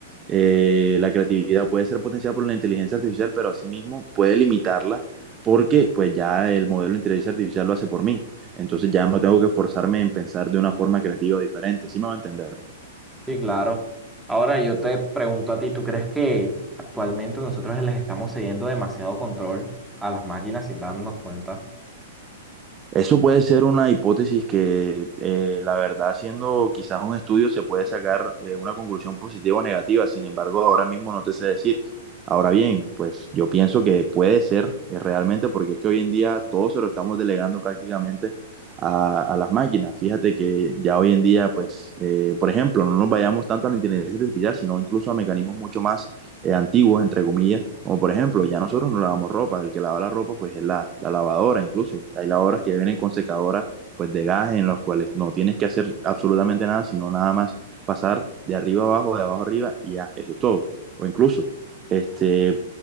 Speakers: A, on the right; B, in the centre.
A: Eh, la creatividad puede ser potenciada por la inteligencia artificial, pero asimismo puede limitarla porque pues ya el modelo de inteligencia artificial lo hace por mí. Entonces ya no tengo que forzarme en pensar de una forma creativa diferente, ¿sí me va a entender?
B: Sí, claro. Ahora yo te pregunto a ti, ¿tú crees que actualmente nosotros les estamos cediendo demasiado control a las máquinas sin darnos cuenta?
A: Eso puede ser una hipótesis que, eh, la verdad, haciendo quizás un estudio se puede sacar eh, una conclusión positiva o negativa. Sin embargo, ahora mismo no te sé decir. Ahora bien, pues yo pienso que puede ser eh, realmente porque es que hoy en día todo se lo estamos delegando prácticamente a, a las máquinas. Fíjate que ya hoy en día, pues, eh, por ejemplo, no nos vayamos tanto a la inteligencia artificial, sino incluso a mecanismos mucho más eh, antiguos, entre comillas, como por ejemplo, ya nosotros no lavamos ropa, el que lava la ropa pues es la, la lavadora incluso. Hay lavadoras que vienen con secadoras pues de gas en los cuales no tienes que hacer absolutamente nada, sino nada más pasar de arriba abajo, de abajo arriba y ya, eso es todo. O incluso, este,